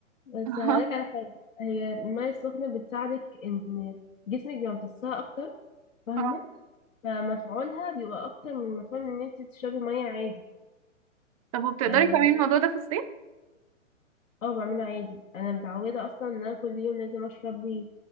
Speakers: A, on the left; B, on the right.
A: بس
B: <laughs>
A: هقولك على حاجه هي الميه السخنه بتساعدك ان جسمك بيبقى امتصها اكتر فاهمه
B: اه
A: فمفعولها بيبقى اكتر من مفعول ان انت تشربي ميه عادي
B: طب وبتقدري
A: يعني
B: تعملي الموضوع ده في الصيف
A: اه بعمله عادي انا متعوده اصلا ان انا كل يوم لازم اشرب لي